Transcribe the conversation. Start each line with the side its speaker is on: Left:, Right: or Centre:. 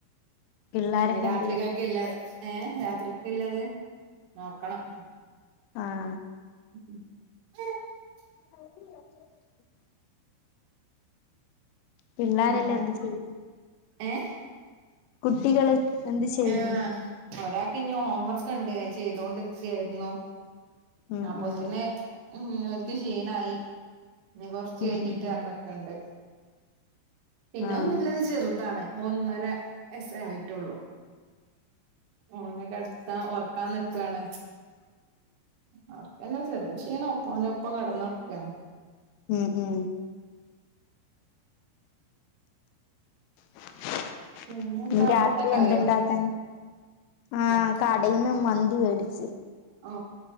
Left: പിള്ളാരൊക്കെ
Right: നി രാത്രികൾക്കല്ലാതെ
Left: എന്ത് ചെയ്യും
Right: ഏ ഹ് രാത്രിക്കില്ലത് നോക്കണം
Left: ആഹ്
Right: മ്
Left: <unintelligible> പിള്ളാരല്ലാം
Right: പിന്നെ
Left: എന്ത് ചെയ്യും
Right: ഏഹ്
Left: കുട്ടികള് എന്ത് ചെയ്യുന്നു
Right: ആ ഒരാൾക്ക് ഇനി ഹോംവർക്ക് ഉണ്ട് ചെയ്തൊണ്ടിക്കെയായിരുന്നു
Left: ഉം
Right: അപ്പൊ
Left: ഉം
Right: തന്നെ മ് നിങ്ങൾക്ക് ക്ഷീണായി ഇനി കൊറച്ച് കഴിഞ്ഞിട്ട്
Left: ഉം ഉം
Right: ഇറണക്കണ്ട് പിന്നെ
Left: ആഹ്
Right: ഒന്നില്ലത് ചെറുതാണ് ഒന്നര വയസ്സായി ട്ടോള്ളൂ ഓനക്കെടാത്താൻ ഉറക്കാൻ നിക്കാണ് അവർക്കല്ലാം ചെറിയ ക്ഷീണംഒപ്പോ അവനൊപ്പം കിടന്നോടക്കാണ്
Left: ഉം ഉം <inaudible>
Right: പിന്നെ എന്താ
Left: രാത്രി
Right: ഫുഡൊക്കെ
Left: എന്ത്ണ്ടാക്കാൻ
Right: ആയോ
Left: ആഹ
Right: രാത്രി
Left: കടയിന്ന് മന്തി മേടിച്ചു
Right: ഓ